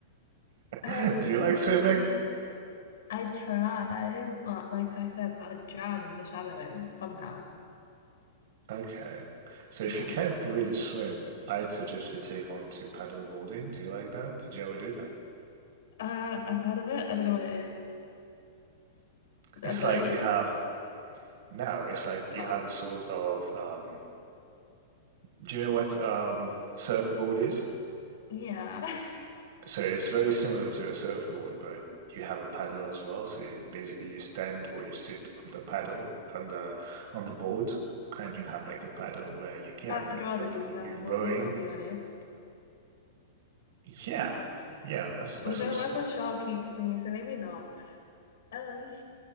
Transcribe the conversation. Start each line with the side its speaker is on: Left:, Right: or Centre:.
Right: <laughs>
Left: Um,
Right: do you like swimming?
Left: I try, but like I said, I drown in the shallow end somehow.
Right: Okay. So if
Left: Yeah.
Right: you can't really swim, I'd suggest you take on to paddleboarding. Do you like that? Did you ever do that?
Left: Uh, I've heard of it. I don't know what it is. Is it
Right: It's
Left: a boat?
Right: like you have no, it's like you
Left: Oh.
Right: have a sort of um do you know what um surfboard is?
Left: Yeah, <laughs>
Right: So it's very similar to a surfboard, but you have a paddle as well. So you, basically you stand or you sit on the paddle on the on the board and you have like a paddle where you you
Left: I'd
Right: know you,
Left: rather
Right: you're row-
Left: do surfboarding,
Right: you're rowing.
Left: I'll be honest.
Right: Yeah. Yeah, that's that's
Left: Although
Right: what's
Left: whether shark eats me, so maybe not. Um,